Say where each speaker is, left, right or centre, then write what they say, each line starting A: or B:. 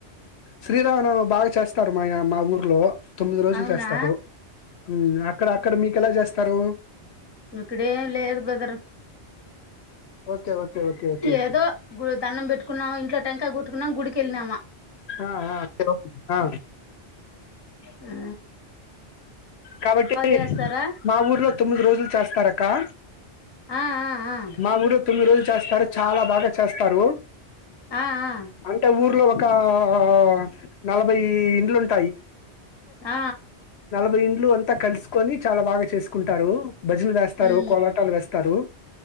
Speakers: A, on the left; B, on the left.
A: శ్రీరామను బాగా చేస్తారు మా మా ఊర్లో తొమ్మిది రోజులు
B: అవునా
A: చేస్తారు మ్మ్ అక్కడ అక్కడ మీకు ఎలా చేస్తారు
B: ఇక్కడేం లేదు brother
A: okay okay okay okay okay
B: ఏదో గు దండం పెట్టుకున్నాము ఇంట్లో టెంకా గు ట్న్నా గుడి వెెళనామా
A: ఆ ఆ ఆ
B: ఆ
A: కాబట్టి
B: చేస్తారా
A: మా ఊర్లో తొమ్మిది రోజులు చేస్తారు అక్క కా
B: ఆ ఆ ఆ
A: మా ఊరు తొమ్మిది రోజులు చేస్తారు చాలా బాగా చేస్తారు
B: ఆ ఆ
A: అంటే ఊర్లో ఒక ఆ నలభై ఇండ్లు ఉంటే
B: ఆ
A: నలభై ఇండ్లు అంత కలుసుకొని చాలా బాగా చేసుకుంటారు బజలు చేస్తారు
B: ఉమ్
A: కోలాటాలు వేస్తారు తరు